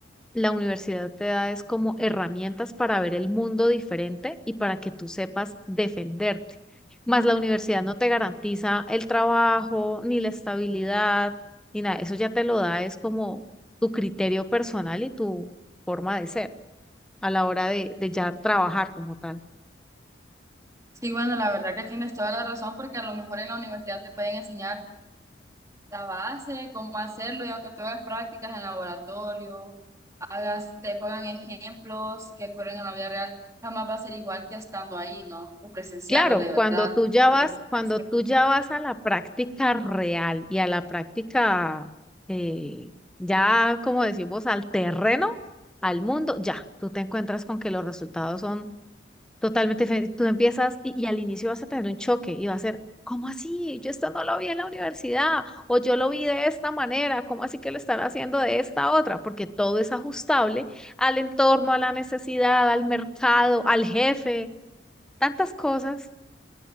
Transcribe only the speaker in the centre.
la universidad te da es como herramientas para ver el mundo diferente y para que tú sepas defenderte. Más la universidad no te garantiza el trabajo, ni la estabilidad, ni nada. Eso ya te lo da es como tu criterio personal y tu forma de ser a la hora de, de ya trabajar como tal.
Claro,
cuando tú ya vas,
cuando
tú ya vas a la práctica real y a la práctica, eh, ya como decimos, al terreno, al mundo, ya, tú te encuentras con que los resultados son Totalmente diferente. Tú empiezas y, y al inicio vas a tener un choque y va a ser, ¿cómo así? Yo esto no lo vi en la universidad o yo lo vi de esta manera, ¿cómo así que lo están haciendo de esta otra? Porque todo es ajustable al entorno, a la necesidad, al mercado, al jefe, tantas cosas.